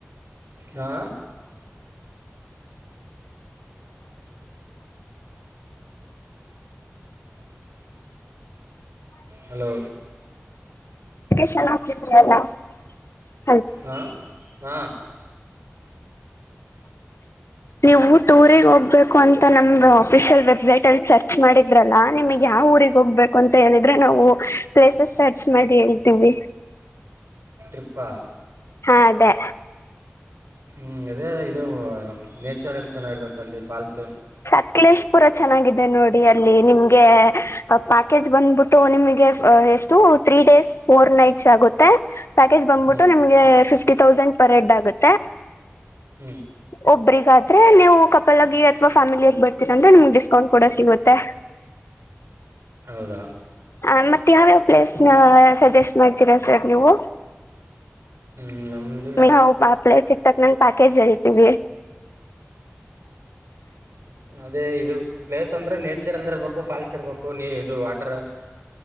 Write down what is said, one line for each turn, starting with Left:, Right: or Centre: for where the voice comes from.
Right: ಹಾ ಹಲೋ
Left: ಷನ್ ಹಾಕಿದಲ್ಲ <unintelligible>
Right: ಹಾ ಹಾ
Left: ನೀವು ಟೂರಿಗೆ ಹೋಗ್ಬೇಕು ಅಂತ ನಮ್ದ ಆಫಿಷಲ್ ವೆಬ್ಸೈಟ್ ಅಲ್ಲಿ ಸರ್ಚ್ ಮಾಡಿದ್ರಲ್ಲಾ ನಿಮಗ್ ಯಾವ ಊರಿಗೆ ಹೋಗ್ಬೇಕು ಅಂತ ಹೇಳಿದ್ರೆ ನಾವು ಪ್ಲೇಸಸ್ ಸರ್ಚ್ ಮಾಡಿ ಹೇಳ್ತೀವಿ
Right: ಟ್ರಿಪ್ಪಾ
Left: ಹಾ ಅದೇ
Right: ಹ್ಮ್ ಅದೇ ಇದು ನೇಚರ್ ಎಲ್ ಚೆನ್ನಾಗಿರ್ತತ್ ಅಲ್ಲಿ ಫಾಲ್ಸ್.
Left: ಸಕ್ಲೇಶ್ಪುರ ಚೆನ್ನಾಗಾಗಿದೆ ನೋಡಿ ಅಲ್ಲಿ ನಿಮ್ಗೆ ಪ್ಯಾಕೇಜ್ ಬಂದ್ಬಿಟ್ಟು ನಿಮಗೆ ಎಷ್ಟು ತ್ರೀ ಡೇಸ್ ಫೋರ್ ನೈಟ್ಸ್ ಆಗುತ್ತೆ ಪ್ಯಾಕೇಜ್ ಬಂದ್ಬಿಟ್ಟು
Right: ಹ್ಞೂ
Left: ನಿಮ್ಗೆ ಫಿಫ್ಟಿ ತೌಸಂಡ್ ಪರ್ ಹೆಡ್ ಆಗುತ್ತೆ.
Right: ಹ್ಞೂ
Left: ಒಬ್ರಿಗಾದ್ರೆ ನೀವು ಕಪಲಗಿ ಫ್ಯಾಮಿ ಆಗಿ ಬರ್ತೀರಂದ್ರೆ ನಿಮ್ ಡಿಸ್ಕೌಂಟ್ ಟ ಕೂಡ ಸಿಗುತ್ತೆ.
Right: ಹೌದಾ.
Left: ಹ ಮತ್ತ ಯಾವ್ಯಾವ್ ಪ್ಲೇಸ್ ನ ಸಜೆಸ್ಟ್ ಮಾಡ್ತೀರಾ ಸರ್ ನೀವು.
Right: ಹ್ಞೂ ನಮ್ಮದು
Left: <unintelligible> ಪ್ಲೇಸ್ಗ ತಕ್ನಗ್ ಪ್ಯಾಕೇಜ್ ಹೇಳ್ತೀವಿ.
Right: ಅದೇ ಇದು ಪ್ಲೇಸ್ ಅಂದ್ರೆ ನೇಚರ್ ಎಲ್ಲ ಇರ್ಬೇಕು ಫಾಲ್ಸ್ ಇರ್ಬೇಕು ನೀ ಇದು ವಾಟರ್.